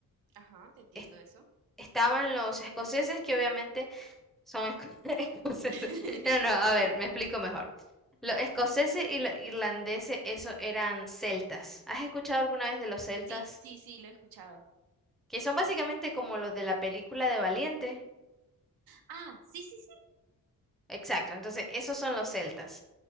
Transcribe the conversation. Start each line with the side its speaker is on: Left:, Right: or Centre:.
Right: Ajá, te entiendo
Centre: Es-
Right: eso.
Centre: Estaban los escoceses que obviamente son esco- <laughs> escoceses.
Right: <laughs>
Centre: No, no, a ver, me explico mejor. Los escoceses y los irlandeses, esos eran celtas. ¿Has escuchado alguna vez de los celtas?
Right: Sí, sí, sí, lo he escuchado.
Centre: Que son básicamente como los de la película de Valiente.
Right: Ah, sí, sí, sí.
Centre: Exacto, entonces esos son los celtas.